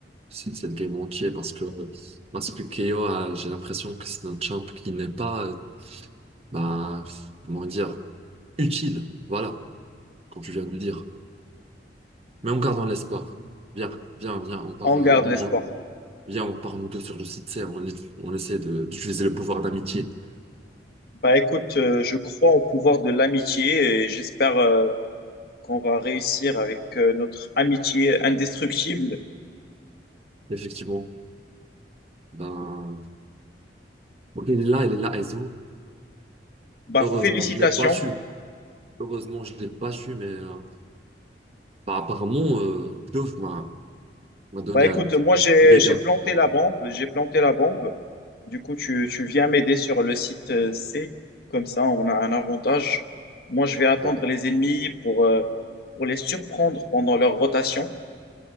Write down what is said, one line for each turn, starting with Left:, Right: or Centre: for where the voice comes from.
Right: c- cette game entière parce que parce que KO, a- j'ai l'impression que c'est un champ qui n'est pas, euh, bah, comment dire, utile. Voilà, comme tu viens de le dire. Mais en gardant l'espoir. Viens, viens, viens, on part,
Left: On
Right: euh,
Left: garde
Right: nous,
Left: l'espoir.
Right: on- viens, on part nous deux sur le site C. On, est- on essaie de- d'utiliser le pouvoir d'amitié.
Left: Bah écoute, euh, je crois au pouvoir de l'amitié et j'espère euh, qu'on va réussir avec euh, notre amitié indestructible.
Right: Effectivement, ben, ok, il est là, il est là, Ezo.
Left: Bah
Right: Heureusement,
Left: félicitations
Right: je l'ai pas su. Heureusement, je l'ai pas su, mais euh, bah, apparemment, euh, Klov m'a m'a donné
Left: Bah écoute,
Right: un d-
Left: moi j'ai
Right: dégât.
Left: j'ai planté la bombe, j'ai planté la bombe. Du coup, tu, tu viens m'aider sur le site euh, C, comme ça on a un avantage. Moi, je vais attendre
Right: Ouais.
Left: les ennemis pour, euh, pour les surprendre pendant leur rotation.